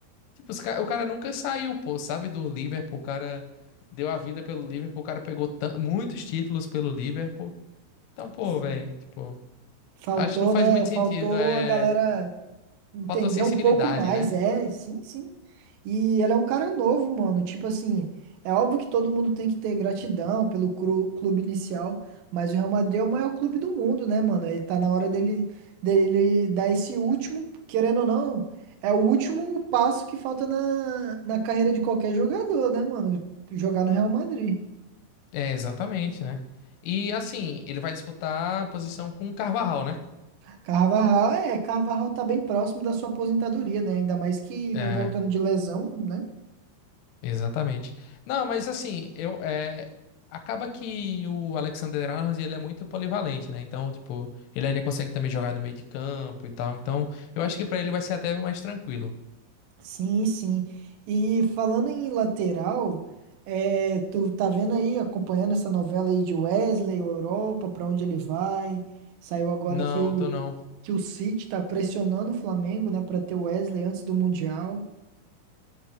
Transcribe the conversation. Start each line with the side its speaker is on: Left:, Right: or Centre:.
Left: Tipo, os ca- o cara nunca saiu, pô, sabe, do Liverpool. O cara deu a vida pelo Liverpool. O cara pegou tan- muitos títulos pelo Liverpool. Então, pô,
Right: Sim.
Left: velho, tipo.
Right: Faltou,
Left: Acho que não faz
Right: né?
Left: muito
Right: Faltou
Left: sentido. É.
Right: a galera entender
Left: Fotossensibilidade,
Right: um pouco mais,
Left: né?
Right: é, sim, sim. E ele é um cara novo, mano. Tipo assim, é óbvio que todo mundo tem que ter gratidão pelo cru- clube inicial, mas o Real Madrid é o maior clube do mundo, né, mano? Ele tá na hora dele, dele dar esse último, querendo ou não, é o último passo que falta na, na carreira de qualquer jogador, né, mano? Jogar no Real Madrid.
Left: É, exatamente, né? E assim, ele vai disputar a posição com o Carvajal, né?
Right: Carvajal, é, Carvajal tá bem próximo da sua aposentadoria, né? Ainda mais que vem
Left: É,
Right: voltando de lesão, né?
Left: exatamente. Não, mas assim, eu é, acaba que o Alexander Arnold ele é muito polivalente, né? Então, tipo, ele ainda consegue também jogar no meio de campo e tal. Então, eu acho que pra ele vai ser até mais tranquilo.
Right: Sim, sim. E falando em lateral, é, tu tá vendo aí, acompanhando essa novela aí de Wesley, o Europa, pra onde ele vai? Saiu agora
Left: Não,
Right: que o
Left: tô não.
Right: que o City tá pressionando o Flamengo, né, Pra ter o Wesley antes do Mundial.